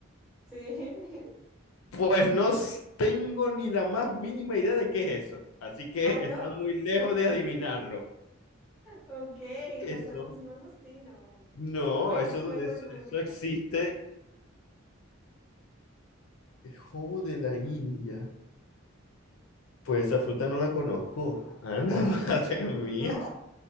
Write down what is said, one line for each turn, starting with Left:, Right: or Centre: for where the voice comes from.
Centre: Sí. <laughs>
Left: Pues no s- tengo ni la más mínima idea de qué es eso, así que
Centre: Ah, ¿no?
Left: están muy lejos de adivinarlo.
Centre: Ok,
Left: Eso.
Centre: no sabes que es un mangostino.
Left: No,
Centre: Bueno,
Left: eso,
Centre: pues
Left: eso,
Centre: es muy
Left: eso
Centre: rico.
Left: existe. El jobo de la India. Pues esa fruta no la conozco. Ana, <laughs>
Centre: Ve,
Left: madre
Centre: no,
Left: mía.